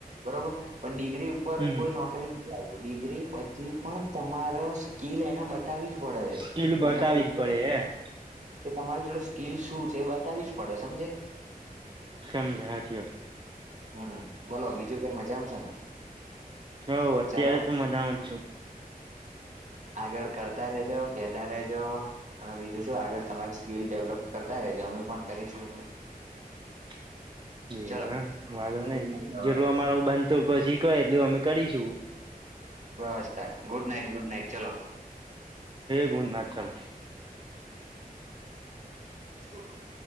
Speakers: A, on the right; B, on the right.
A: બરોબર પણ ડિગરી-
B: હમ
A: કોઈ નોકરી નથી આવતું ડિગ્રી પછી પણ તમારા સ્કીિલ એને બતાવી- પડે છે
B: સ્કીલ
A: તેમને
B: બતાવી
A: <unintelligible>
B: જ પડે એ
A: કે તમારી જોડે સ્કીલ શું છે એ બતાવી જ પડે સમજે-
B: સમજા સાચી વાત-
A: હમ બોલો બીજું કઈ મજા આમ છે ને
B: હો અત્યારે
A: ચાલો-
B: તો મજામાં જ છું
A: આગળ કરતા રેજો કેતા રેજો- અને બીજું શું આગળ તમારી સ્કીિલ ડેવલોપ કરતા રેજ અમમે પણ કરીશું એટલે-
B: <inaudible> એવું
A: ચલો
B: એમ વાંધો નઈ
A: ગુડ નાઈટ હવે
B: જેટલું અમાર બનત કો શીખવાય એટલું અમે કરીશું.
A: બસ્ ગુડ નાઈટ ગુડ નાઈટ ચલો.
B: ગૂડ નાઈટ ચાલો-
A: હ <inaudible>